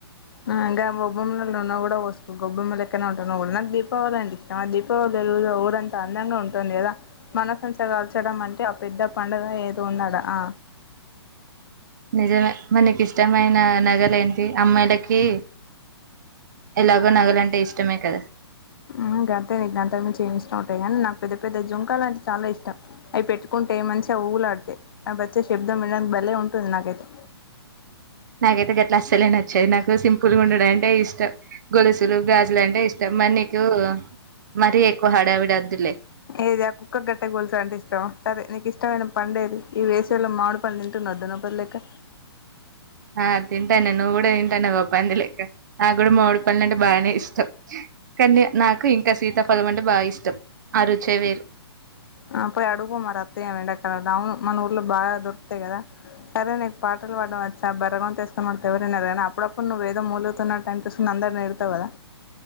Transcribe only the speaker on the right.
నిజమే మనకి ఇష్టమైన నగలు ఏంటి అమ్మాయిల కి ఎలాగో నగలంటే ఇష్టమే కదా
నాకైతే గట్లా అస్సలే నచ్చవి నాకు సింపుల్ గా ఉండడం అంటే ఇష్టం గొలుసులు గాజులు అంటే ఇష్టం మరి నీకు మరీ ఎక్కువ హడావిడి వద్దులే
ఆ తింటానే నువ్వు గుడా తింటా అన్నావ్ గా పంది లెక్క నా గూడా మామిడి పండు అంటే బాగానే ఇష్టం కానీ నాకు ఇంకా సీతాఫలం అంటే బాగా ఇష్టం ఆ రుచే వేరు